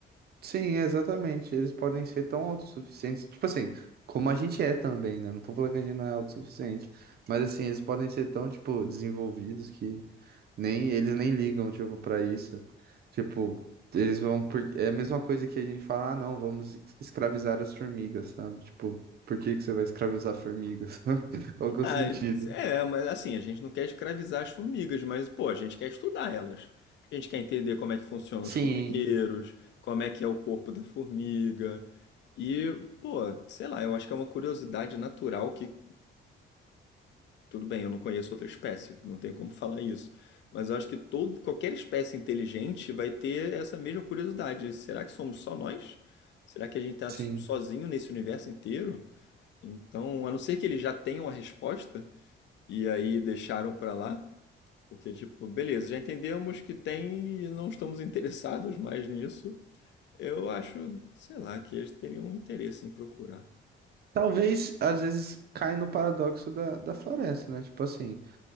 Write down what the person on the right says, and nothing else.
sim, exatamente. Eles podem ser tão autossuficientes, tipo assim, como a gente é também, né? Não tô falando que a gente não é autossuficiente, mas assim, eles podem ser tão, tipo, desenvolvidos que nem eles nem ligam, tipo, pra isso. Tipo, eles vão por... é a mesma coisa que a gente fala, ah, não, vamos es- escravizar as formigas, sabe? Tipo, por que que você vai escravizar formigas, <laughs> sabe? Qual que é
o sentido?
Sim,
sim.
Talvez, às vezes, cai no paradoxo da, da floresta, né? Tipo assim,